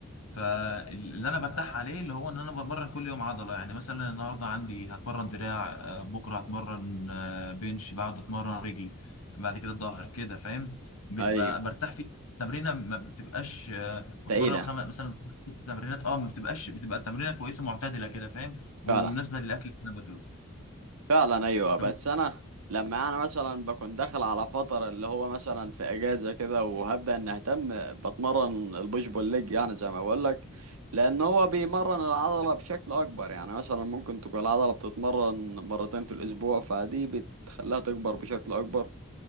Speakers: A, on the left; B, on the right.
A: فاللي انا برتاح عليه اللي هو ان انا بمرن كل يوم عضله يعني مثلا النهارده عندي هتمرن دراع آه، بكره هتمرن آه، بنش بعد اتمرن رجلي بعد كده الظهر كده فاهم بتبقى
B: ايوه
A: برتاح فيه تمرينه ما بتبقاش آه، بتمرن
B: تقيلة
A: خمس مثلا خمس ست تمرينات اه ما بتبقاش بتبقى تمرينه كويسه معتدله كده فاهم ومناسبه
B: فعلا
A: للاكل اللي انا باكله
B: فعلا ايوه بس
A: طب
B: انا لما انا مثلا بكون داخل على فترة اللي هو مثلا في اجازة كده وهبدأ ان اهتم بتمرن البوش بول ليج يعني زي ما بقول لك لان هو بيمرن العضلة بشكل اكبر يعني مثلا ممكن تكون العضلة بتتمرن مرتين في الاسبوع فدي بتخليها تكبر بشكل اكبر